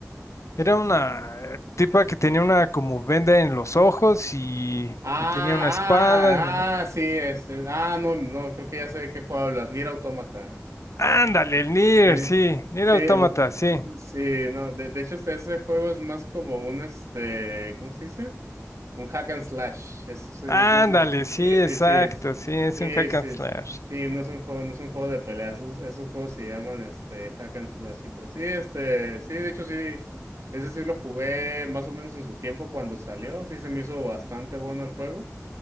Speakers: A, on the left; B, on the right.
A: Era una tipa que tenía una como venda en los ojos y,
B: Ah,
A: y tenía una espada. y andaba-
B: ah, ah, sí, este, ah, no, no, creo que ya sé de qué juego hablas, Nier Automata.
A: Ándale, el Nier,
B: es
A: sí. Nier
B: sí,
A: Automata,
B: u-
A: sí.
B: sí, no, de, de hecho, este- ese juego es más como un, este, ¿cómo se dice? Un hack and slash, eso sí,
A: Ándale,
B: no, no.
A: sí,
B: Sí, sí,
A: exacto,
B: sí, es-
A: sí, es
B: sí,
A: un hack
B: sí,
A: and slash.
B: sí, sí, no es un juego, no es un juego de peleas, esos, esos juegos se llaman este hack and slash y pues sí, este, sí, de hecho sí, ese sí lo jugué más o menos en su tiempo cuando salió, sí se me hizo bastante bueno el juego.